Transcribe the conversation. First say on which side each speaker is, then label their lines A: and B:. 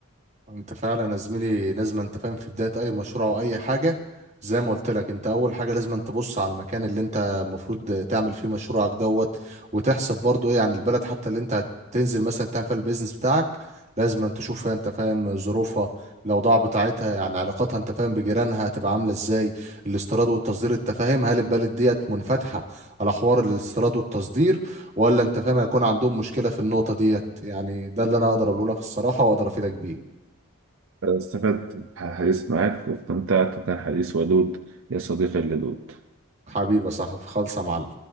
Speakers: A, on the right (about 30°); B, on the right (about 65°).
A: انت فعلا يا زميلي لازم انت فاهم في بداية اي مشروع او اي حاجة زي ما قلت لك انت اول حاجة لازم انت تبص على المكان اللي انت المفروض تعمل فيه مشروعك دوت وتحسب برضو ايه عن البلد حتى اللي انت هتنزل مثلا تعمل فيها البيزنس بتاعك لازم انت تشوف فيها، انت فاهم ظروفها الاوضاع بتاعتها يعني علاقاتها انت فاهم بجيرانها هتبقى عامله ازاي الاستيراد والتصدير انت فاهم هل البلد ديت منفتحه على حوار الاستيراد والتصدير ولا انت فاهم هيكون عندهم مشكله في النقطه ديت يعني ده اللي انا اقدر اقوله لك الصراحه واقدر افيدك بيه
B: أنا استفدت من الحديث معاك واستمتعت وكان حديث ودود يا صديقي اللدود
A: حبيبة صاحبي خالصة يا معلم